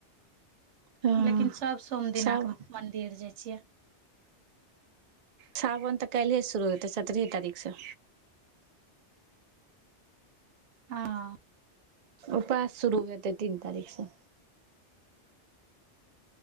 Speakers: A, on the right; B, on the right.
A: हँ
B: लेकिन सब सोम दिना
A: साव
B: के मंदिर जाय छियै
A: थावन त काइल्हे से शुरू हेतय सतरेहे तारीख स
B: हँऽ
A: उपास शुरू हतै तीन तारीख से